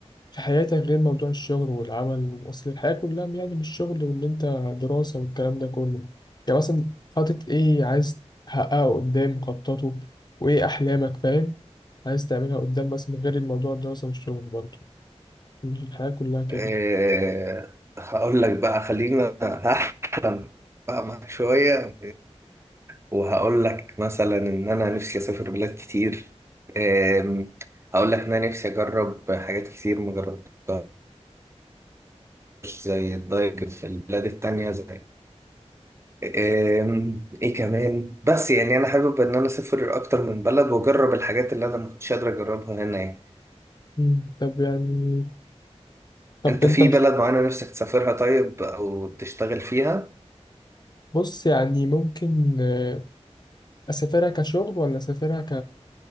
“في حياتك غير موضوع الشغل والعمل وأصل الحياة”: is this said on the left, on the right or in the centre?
Left